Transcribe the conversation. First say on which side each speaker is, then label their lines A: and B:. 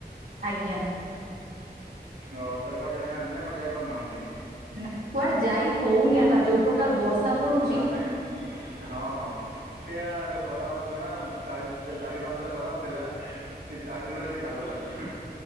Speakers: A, on the right; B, on the right.
A: ଆଜ୍ଞା।
B: ଓ ତାହାଲେ କୁଆଡେ ଯାଇ ନାହାନ୍ତି ନା କୁଆଡେ ଯାଇ ପାରୁନାହାନ୍ତି।
A: ନା କୁଆଡେ ଯାଇ ହଉନି ଆକା ଯୋଉ ପ୍ରକାର ବର୍ଷା ପଡୁଚି।
B: ମାନେ ହଁ ହଁ। ସେୟା ଏବେ ଖରା ହେଉଥିଲା ନା ଚା ଚାରି ମାସ ହେଲା ଖରା ହେଉଥିଲା। ସେ ଚାରି ଦିନରେ ସେ କାଡି ଦେଲା ହିଁ।